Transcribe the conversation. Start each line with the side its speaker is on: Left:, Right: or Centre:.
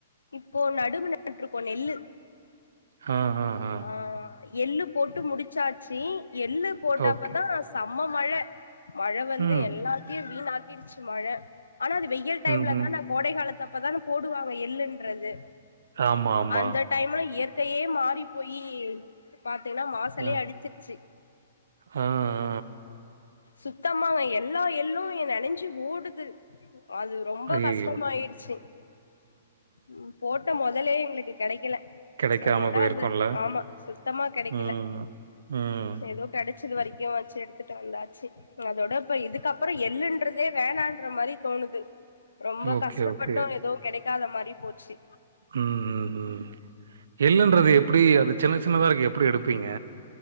Left: இப்போ நடுவு நட்ருக்கோ நெல்லு
Right: ஹா ஹா ஹா
Left: ஆ எள்ளு போட்டு முடிச்சாச்சு எள்ளு போட்டப்பதா
Right: ஓகே.
Left: செம்ம மழ மழ வந்து
Right: ம்.
Left: எல்லாத்தையு வீணாக்கிடுச்சு மழ ஆனா அது வெயில் டைம்ல
Right: ம்ஹ்ம்.
Left: தா நா கோடை காலத்து அப்பதானு போடுவாங்க எள்ளுன்றது
Right: ஆமா, ஆமா.
Left: அந்த டைம்ல இயற்கையே மாறி போயி பாத்தீங்கன்னா மாசலயே
Right: அ,
Left: அடிச்சிருச்சு
Right: ஆ, ஆ
Left: சுத்தமாங்க எல்லா எள்ளூ இங்க நெனஞ்சு ஓடுது அது ரொம்ப
Right: ஐயய்யோ!
Left: கஷ்டமாயிடுச்சு ம் போட் ட மொதலே எங்களுக்கு கெடைக்கல
Right: கிடைக்காம
Left: அதோட
Right: போயிருக்கும்ல.
Left: அந்த ஆமா சுத்தமா கெடைக்கல
Right: ம். ம்.
Left: எதோ கெடச்சது வரைக்கு வெச்சு எடுத்துட்டு வந்தா சு அதோட இப்ப இதுக்கப்பறோ எள்ளுன்றதே வேணான்ற மாரி தோணுது ரொம்ப
Right: ஓகே,
Left: கஷ்டப்பட்டு
Right: ஓகே.
Left: எது கெடைக்காத மாரி போச்சு
Right: ம் ம் ம் எள்ளுன்றது எப்டி அது சின்ன சின்னதா இருக்கு எப்டி எடுப்பீங்க